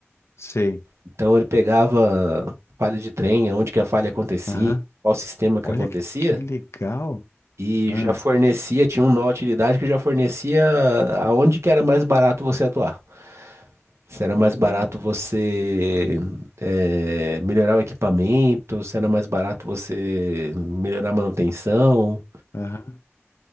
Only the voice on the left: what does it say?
Sei.
Aham.
Olha
que que legal.
Ah.
Uh,
Aham.